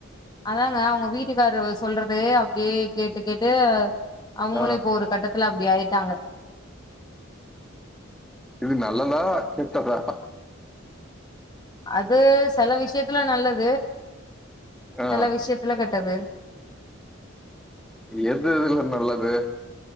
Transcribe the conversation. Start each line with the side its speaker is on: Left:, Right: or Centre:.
Left: அதாங்க அவங்க வீட்டுக்காரு சொல்றது அப்டியே கேட்டு கேட்டு அவங்களு
Centre: ஆ
Left: இப்போ ஒரு கட்டத் ல அப்டி ஆயிட்டாங்க
Centre: இது நல்லதா கெட்டதா
Left: அது சில விஷயத்துல நல்லது
Centre: ஆ
Left: சில விஷயத்துல கெட்டது
Centre: எது இதுல நல்லது